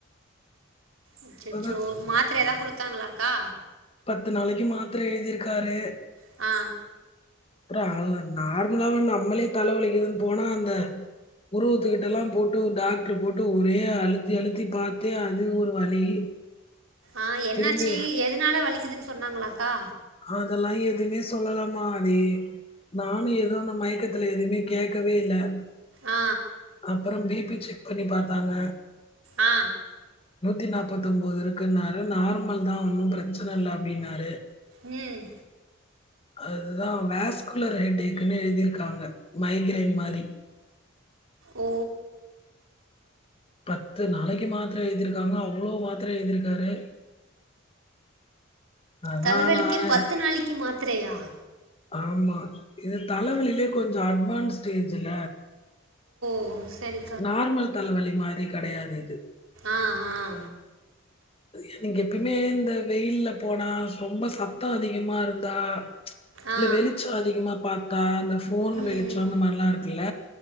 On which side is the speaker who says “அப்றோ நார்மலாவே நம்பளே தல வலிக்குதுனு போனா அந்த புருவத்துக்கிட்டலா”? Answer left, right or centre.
Left